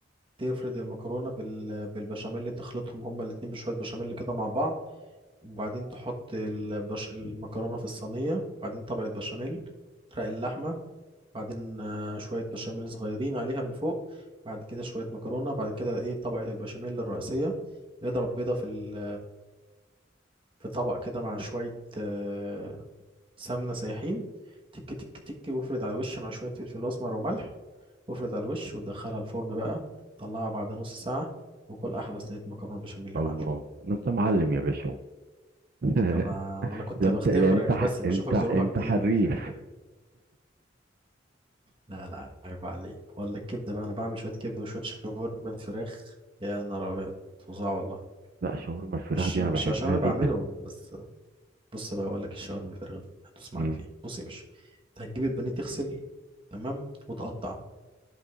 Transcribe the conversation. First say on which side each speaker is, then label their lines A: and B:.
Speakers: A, on the right (about 30°); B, on the right (about 50°).
A: تفرد المكرونه بال... بالبشاميل تخلطهم هما الاتنين بشويه بشاميل كده مع بعض وبعدين تحط البش... المكرونه في الصينيه بعدين طبقه بشاميل رق اللحمه بعدين آه، شويه بشاميل صغيرين عليها من فوق بعد كده شويه مكرونه بعد كده ايه طبقه البشاميل الرئيسيه اضرب بيضه في ال في طبق كده مع شوية آه، سمنة سايحين تك تك تك وافرد على الوش مع شوية فلفل أسمر وملح وافرد على الوش وتدخلها الفرن بقى طلعها بعد نص ساعة وكل أحلى صينية مكرونة بشاميل يا
B: الله
A: معلم
B: ده انت معلم يا باشا <laughs>
A: أنا ما ما أنا كنت
B: ده انت
A: بختبرك
B: ده انت ح-
A: بس بشوفك
B: انت
A: ظروفك
B: انت حريف
A: إيه <laughs> لا لا عيب عليك ولا الكبدة بقى أنا بعمل شوية كبدة وشوية شاورما فراخ يا نهار أبيض فظاع والله
B: لا شاورما الفراخ
A: مش
B: دي
A: مش
B: انا بحبها
A: عشان أنا بعملهم
B: جدا
A: بس بص بقى اقول لك الشاور من الفراخ دي هتدوس
B: مم.
A: معاك فيها بص يا باشا انت هتجيب البانيه تغسل تمام وتقطع